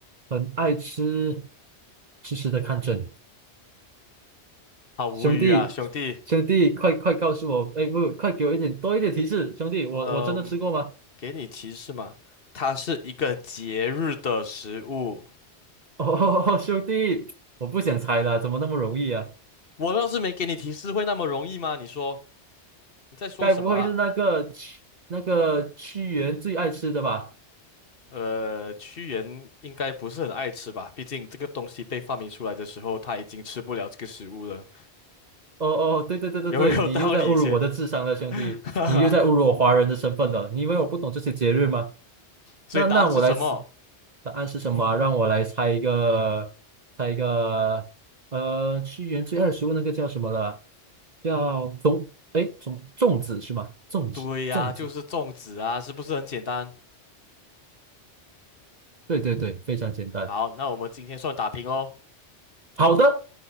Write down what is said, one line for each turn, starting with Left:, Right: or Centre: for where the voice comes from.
Right: 很爱吃，痴痴的看着你。
Left: 好无语啊，
Right: 兄弟，
Left: 兄弟。
Right: 兄弟，快快告诉我，哎，不，快给我一点多一点提示，兄弟，我我真的吃过吗？
Left: 嗯，给你提示嘛，它是一个节日的食物。
Right: <laughs> 哦，兄弟，我不想猜了，怎么那么容易啊？
Left: 我要是没给你提示，会那么容易吗？你说你在说什么啊？
Right: 该不会是那个屈那个屈原最爱吃的吧？
Left: 呃，屈原应该不是很爱吃吧？毕竟这个东西被发明出来的时候，他已经吃不了这个食物了，
Right: 哦哦，对对对对对，
Left: 有没有道理先？
Right: 你又在侮辱我的智商了，兄弟，
Left: <laughs>
Right: 你又在侮辱我华人的身份了。你以为我不懂这些节日吗？
Left: 所以答案是什么？
Right: 那那我来猜，答案是什么啊让我来猜一个，猜一个，呃，屈原最爱的食物那个叫什么了啊？叫粽，哎，粽粽子是吗？粽子，
Left: 对呀、
Right: 粽子，
Left: 就是粽子啊，是不是很简单？
Right: 对对对，非常简单。
Left: 好，那我们今天算打平喽。
Right: 好的，